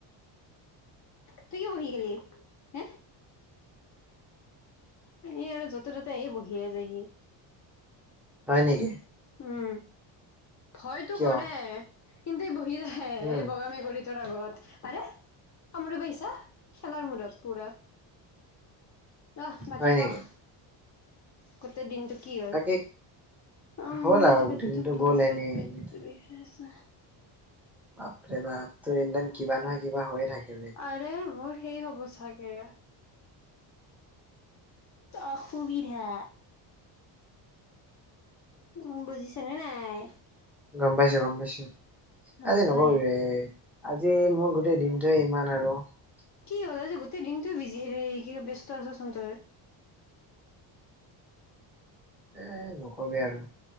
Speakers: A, on the left; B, in the centre.
A: তুই কিয় বহি গেলি হে? এ আৰু য'তে-ত'তে এই বহিয়ে যায়হি।
B: হয় নেকি?
A: উম ভয়তো
B: কিয়
A: কৰে। কিন্তু ই বহি হে
B: উম,
A: এ বগা মেকুৰী টোৰ আগত, আৰে কামুৰিব আহিছা? খেলাৰ মূডত পুৰা। আহ বাকী
B: হয় নেকি
A: কহ? কতে দিনটো কি হ'ল
B: বাকী
A: অ
B: হ'ল
A: মোৰ আজি
B: আৰু গোটেই
A: পেটতো
B: দিনটো গ'ল
A: বহুত
B: এনেই
A: পেটতো
B: এনেই
A: বিষাইছে।
B: বাপৰে বাপ। তো এনিটাইম কিবা নহয়, কিবা হৈয়ে থাকে।
A: আৰে মোৰ সেই হ'ব চাগে। অসুবিধা। উ বুজিছ নে নাই?
B: গম পাইছো, গম পাইছো।
A: হয়
B: আজি নকৰো যে আজি আজি মোৰ গোটেই দিনটোৱে ইমান আৰু
A: কি হ'ল আজি গোটেই দিনটো বিজি কি ব্যস্ত আচছোন তই
B: এ নকবি আৰু